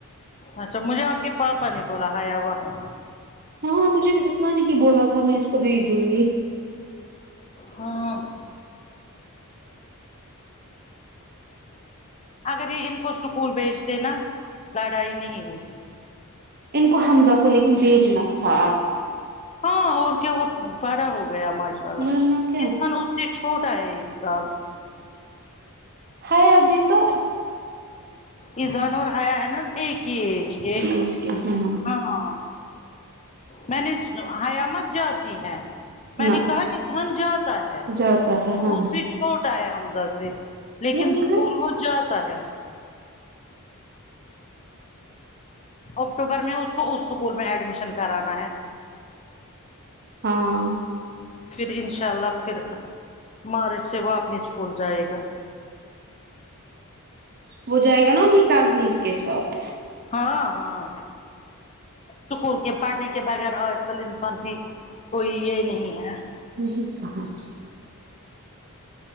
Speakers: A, on the left; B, on the right.
A: اچھا مجھے آپ کے پاپا نے بولا ہےہیا وہاں
B: ہاں مجھے بھی بسمہ نے ہی بولا تھا میں اس کو بھیجوں گی
A: ہاں اگر یہ ان کو اسکول بھیج د ے نا لڑائی نہیں ہوگی
B: ان کو حمزہ کو لیکن بھیجنا تھا آپ
A: ہاں اور کیا وہ بڑا ہو گیاماشا
B: ورنہ کیا
A: اس کن اس سے چھوٹا ہے ایک سال
B: ہے ابھی تو
A: ازہان اور حیا ہے نا ایک ہی ایج کے
B: مشکل سے ہاں
A: ہاں میں نے حیامت جاتی ہے میں
B: نہ
A: نے کہا اذہان جاتا ہے
B: جاتا ہے
A: تو
B: ہاں
A: اس سیچ چھوٹا ہے حمزہ سے لیکن
B: نا،
A: اسکول وہ جاتا ہے اکٹوبر میں اس کو اس اسکول میں ایڈمیشن کرانا ہے
B: ہاں
A: پھر انشاء اللہ پھر مارچ سے وہ اپنی اسکول جائے گا
B: وہ جائے گا نا ابھی کزنز کے ساتھ
A: ہاں ہاں سکول کے پڑھنے کے بغیر اور ہر انسان کی کوئی یہ نہیں ہے
B: نہیں کہاں